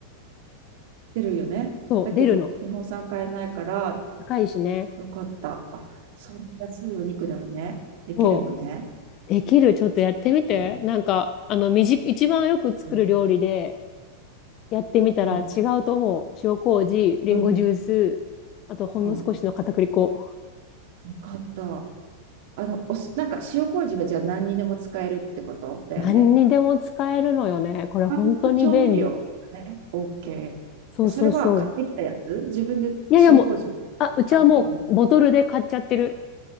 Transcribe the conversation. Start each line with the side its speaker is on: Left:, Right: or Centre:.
Right: 出るよね。
Left: そう、
Right: だけど、
Left: 出るの。
Right: 日本産買えないから、
Left: 高いしね。
Right: よかった。あ、そんな安いお肉でもね、できるのね。
Left: そう。できる。ちょっとやってみて。
Right: OK
Left: なんか、あの、みじ、一番よく作る料理で
Right: うん、
Left: やってみたら違うと思う。
Right: う
Left: 塩麹、リンゴジュース、
Right: ん、
Left: あとほんの少しの片栗粉。
Right: うん、よかった。あの、お酢なんか塩麹はじゃあ何にでも使えるってことだよね。
Left: 何にでも使えるのよね。これ本当に便利。
Right: 万能調味料ね、OK。
Left: そうそうそう。
Right: それは買ってきたやつ自分で塩麹も。
Left: いやいやもう、あ、うちはもうボトルで買っちゃってる。
Right: あ、いい